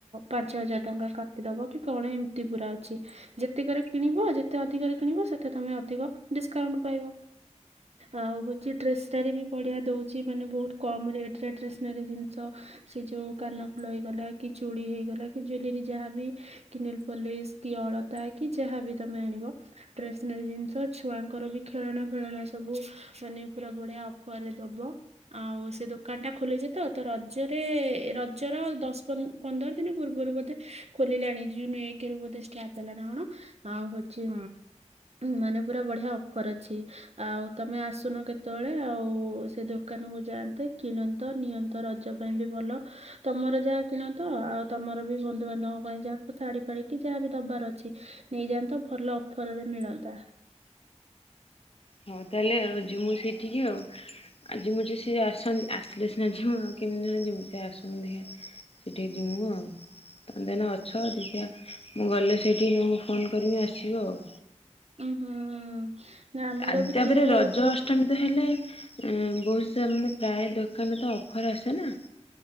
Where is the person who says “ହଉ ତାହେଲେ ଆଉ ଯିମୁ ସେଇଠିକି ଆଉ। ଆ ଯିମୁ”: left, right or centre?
Left